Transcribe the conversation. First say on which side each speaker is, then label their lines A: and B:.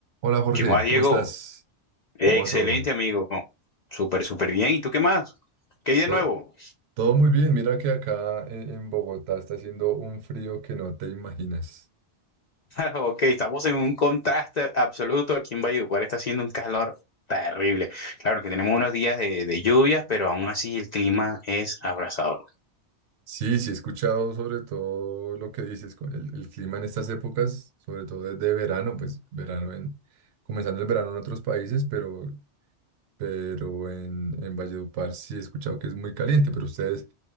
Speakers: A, on the right (about 70°); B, on the left (about 60°).
A: Hola Jorge,
B: ¿Qué más, Diego?
A: ¿cómo estás?
B: Eh,
A: ¿Cómo
B: Excelente,
A: va todo?
B: amigo. No, Súper, súper bien. ¿Y tú qué más? ¿Qué hay de
A: Todo,
B: nuevo?
A: todo muy bien, mira que acá en, en Bogotá está haciendo un frío que no te imaginas.
B: <laughs> Ok, estamos en un contraste absoluto aquí en Valledupar. Está haciendo un calor terrible. Claro que tenemos unos días de, de lluvias, pero aún así el clima es abrasador.
A: Sí, sí, he escuchado sobre todo lo que dices, con el, el clima en estas épocas, sobre todo de, de verano, pues verano en, comenzando el verano en otros países, pero, pero en, en Valledupar sí he escuchado que es muy caliente, pero ustedes,